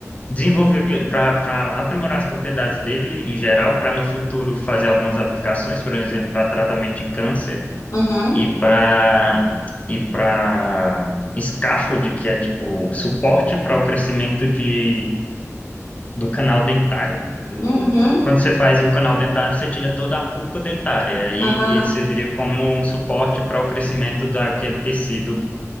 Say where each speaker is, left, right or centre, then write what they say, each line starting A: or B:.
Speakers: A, on the left; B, on the left.
A: desenvolver, para aprimorar as propriedades dele em geral, para no futuro fazer algumas aplicações, por exemplo, para tratamento de câncer
B: uhum,
A: e para e para scaffold, que é tipo suporte para o crescimento de, do canal dentário. Do-
B: uhum,
A: quando você faz um canal dentário, você tira toda a pulpa dentária, aí
B: aham.
A: ele
B: aham.
A: serviria como um suporte para o crescimento daquele tecido